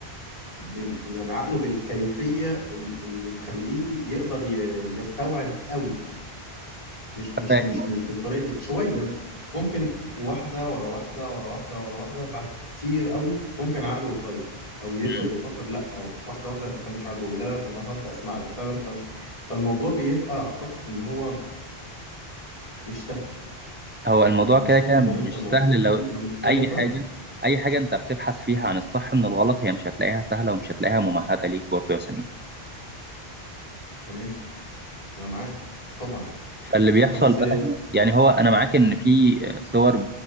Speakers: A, on the left; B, on the right.
A: بال... يعني عقله بالكيفية ال- اللي تخليه يقدر ي- يستوعب قوي مش مش
B: فاهم
A: مش
B: قصدك.
A: مش بالطريقة دي شوية ممكن واحدة ورا واحدة ورا واحدة ورا واحدة بعد كتير قوي ممكن عقله يتغير او يبدأ
B: مم.
A: يفكر لا أو واحدة واحدة انت مش عدوي لا لا طب انا هبدأ اسمع لك لا لا مش عارف إيه. فالموضوع بيبقى اعتقد ان هو مش سهل
B: هو الموضوع كده
A: مش سهل
B: كده
A: لو انت
B: مش
A: موجود
B: سهل
A: في
B: لو
A: بيئة مختلفة
B: اي حاجه اي حاجه انت بتبحث فيها عن الصح من الغلط هي مش هتلاقيها سهله ومش هتلاقيها ممهده ليك برضه يا سمير
A: تمام انا معاك طبعا
B: فاللي بيحصل
A: بس
B: بقى هنا يعني هو انا معاك ان في آه، صور